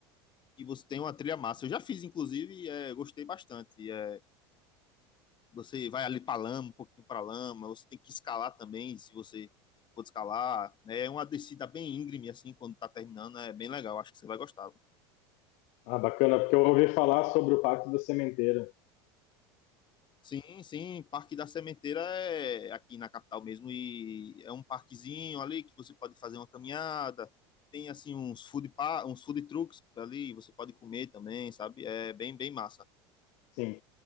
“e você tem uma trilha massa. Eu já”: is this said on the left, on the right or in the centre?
Left